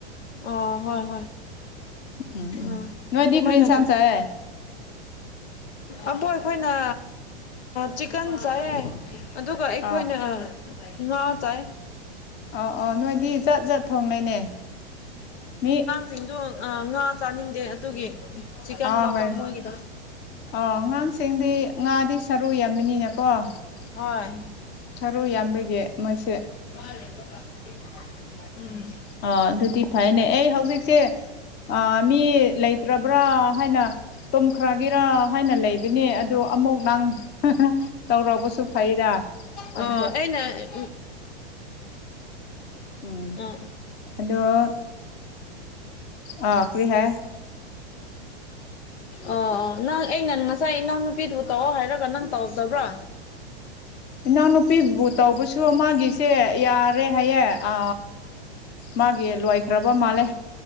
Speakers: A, on the left; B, on the left.
A: ꯑ ꯍꯣꯏ ꯍꯣꯏ ꯑ
B: ꯎꯝ ꯎꯝ
A: ꯑꯗꯨ
B: ꯅꯣꯏꯗꯤ
A: ꯑꯗꯨꯃꯥꯏꯅꯠꯇ
B: ꯀꯔꯤ ꯏꯟꯁꯥꯡ ꯆꯥꯏꯌꯦ
A: ꯑꯕꯣ ꯑꯩꯈꯣꯏꯅ ꯆꯤꯛꯀꯟ ꯆꯥꯏ ꯑꯗꯨꯒ ꯑꯩꯈꯣꯏꯅ
B: ꯑ
A: <unintelligible> ꯉꯥ ꯆꯥꯏ꯫
B: ꯑꯧ ꯑꯧ ꯅꯣꯏꯗꯤ ꯖꯠ ꯖꯠ ꯊꯣꯡꯅꯩꯅꯦ ꯃꯤ
A: ꯁꯤꯡꯗꯣꯜ ꯉꯥ ꯆꯥꯅꯤꯡꯗꯦ ꯑꯗꯨꯒꯤ ꯆꯤꯛꯀꯟ
B: ꯑꯥ
A: ꯂꯧꯕ
B: ꯍꯣꯏ꯫
A: ꯃꯣꯏꯒꯤꯗ
B: ꯑꯣ ꯑꯉꯥꯡꯁꯤꯡꯗꯤ ꯉꯥꯗꯤ ꯁꯔꯨ ꯌꯥꯝꯕꯅꯤꯅꯀꯣ
A: ꯍꯣꯏ
B: ꯎꯝ꯫ ꯊꯔꯨ ꯌꯥꯝꯕꯒꯤ ꯃꯁꯦ
A: ꯃꯥ ꯂꯩꯕ ꯀꯥꯟꯗꯗꯤ <unintelligible> ꯍꯥꯏꯕꯅꯤ ꯎꯝ <unintelligible>
B: ꯑꯥ ꯑꯗꯨꯗꯤ ꯐꯩꯅꯦ ꯑꯩ ꯍꯧꯖꯤꯛꯁꯦ ꯑ ꯃꯤ ꯂꯩꯇꯔꯕ꯭ꯔꯥ ꯍꯥꯏꯅ ꯇꯨꯝꯈ꯭ꯔꯒꯦꯔꯥ ꯍꯥꯏꯅ ꯂꯩꯕꯅꯦ ꯑꯗꯣ ꯑꯃꯨꯛ ꯅꯪ ꯇꯧꯔꯕꯁꯨ ꯐꯩꯗ꯫
A: <unintelligible>
B: ꯑꯗꯨ
A: ꯑꯩꯅ
B: ꯎꯝ
A: <unintelligible>
B: ꯑꯗꯣ ꯑꯥ ꯀꯔꯤ ꯍꯥꯏ
A: ꯑ ꯅꯪ ꯑꯦ ꯅꯅ ꯉꯁꯥꯏ ꯏꯅꯥꯎꯅꯨꯄꯤꯗꯨ ꯇꯧꯑꯣ ꯍꯥꯏꯔꯒ ꯅꯪ ꯇꯧꯗꯕ꯭ꯔꯥ
B: ꯏꯅꯥꯎꯅꯨꯄꯤꯕꯨ ꯇꯧꯕꯁꯨ ꯑꯃꯒꯤꯒꯤꯁꯦ ꯌꯥꯔꯦ ꯍꯥꯏꯌꯦ ꯑ ꯃꯥꯒꯤ ꯂꯋꯥ ꯂꯩꯈ꯭ꯔꯕ ꯃꯥꯜꯂꯦ